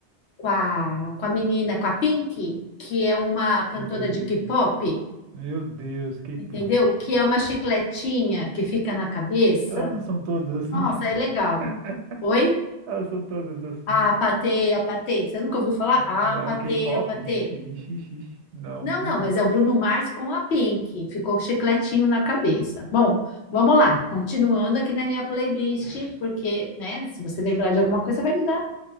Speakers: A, on the left; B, on the right.
A: com a, com a menina, com a Pink, que é uma cantora
B: Meu Deus.
A: de K-pop,
B: Meu Deus, K-pop.
A: entendeu? Que é uma chicletinha que fica na cabeça.
B: Elas não são todas assim?
A: Nossa, é
B: <laughs>
A: legal. Oi?
B: Elas são todas assim.
A: A patê, a patê. Você nunca ouviu falar? A
B: Não,
A: patê,
B: K-pop?
A: a patê.
B: Ixi, ixi, ixi. ixi. Não.
A: Não,
B: Hum.
A: não, mas é o Bruno Mars com a Pink. Ficou chicletinho na cabeça. Bom, vamos lá. Continuando aqui na minha playlist, porque, né, se você lembrar de alguma coisa, vai me dar